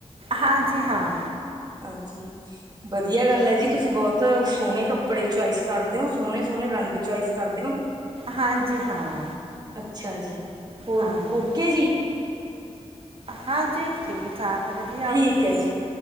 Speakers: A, on the right; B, on the right.
A: ਹਾਂਜੀ, ਹਾਂ।
B: ਹਾਂਜੀ ਵਧੀਆ ਗੱਲ ਹੈ, ਜੀ। ਤੁਸੀਂ ਬਹੁਤ ਸੋਹਣੇ ਕੱਪੜੇ ਚੁਆਇਸ ਕਰਦੇ ਹੋ। ਸੋਹਣੇ- ਸੋਹਣੇ ਰੰਗ ਚੋਇਸ ਕਰਦੇ ਹੋ।
A: ਹਾਂਜੀ, ਹਾਂ।
B: ਅੱਛਾ ਜੀ। ਹੋਰ,
A: ਹਾਂ
B: ਓਕੇ ਜੀ।
A: ਹਾਂਜੀ, ਠੀਕ- ਠਾਕ। ਵਧੀਆ,
B: ਠੀਕ
A: ਓਕੇ
B: ਹੈ
A: ਜੀ।